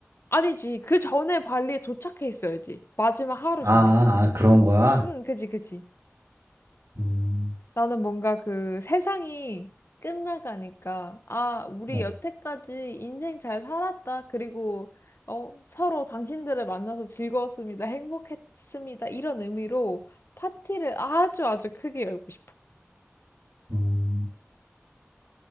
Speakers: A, on the left; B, on the right.
A: 아니지. 그 전에 발리에 도착해 있어야지. 마지막 하루
B: 아,
A: 전에.
B: 아, 그런
A: 응,
B: 거야?
A: 응, 그지, 그지.
B: 음,
A: 나는 뭔가 그 세상이 끝나가니까, 아, 우리
B: 어,
A: 여태까지 인생 잘 살았다. 그리고, 어, 서로 당신들을 만나서 즐거웠습니다. 행복했습니다. 이런 의미로 파티를 아주 아주 크게 열고 싶어.
B: 음,